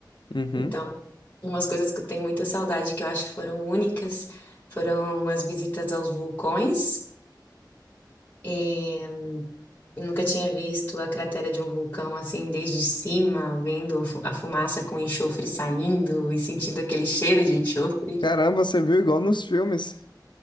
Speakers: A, on the left; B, on the left.
A: Uhum.
B: Então, umas coisas que eu tenho muita saudade, que eu acho que foram únicas, foram as visitas aos vulcões. E eu nunca tinha visto a cratera de um vulcão assim desde cima, vendo fu- a fumaça com enxofre saindo e sentindo aquele cheiro de enxofre.
A: Caramba, você viu igual nos filmes.